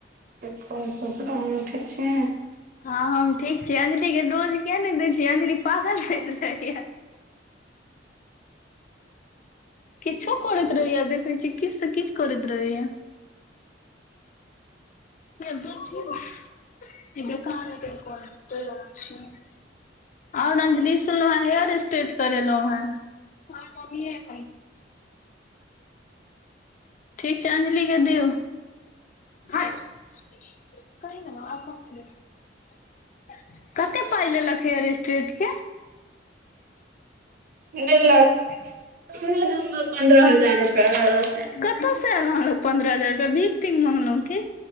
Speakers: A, on the right (about 50°); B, on the left (about 45°).
A: <unintelligible> ठीक छैय।
B: हँ हम ठीक छी। अंजलीके डोज किये नै दै छियै अंजली पागल भेल जाइयऽ। किछो करैत रहैया देखै छी किछ से किछ करैत रहैया। <inaudible> ओर अंजली सुनलौं हेँ हेयर स्ट्रेट करेलौं हें। ठीक छैय अंजलीके दियौ। कही ने आ <inaudible> कते पाइ लेलक हेयर स्ट्रेटके।
A: देलक नहि तऽ हम अपन पन्द्रह हजार रुपया लऽ लेब
B: कतऽ स ल अनलौं पन्द्रह हजार रुपया भीख तीख मगलौं की।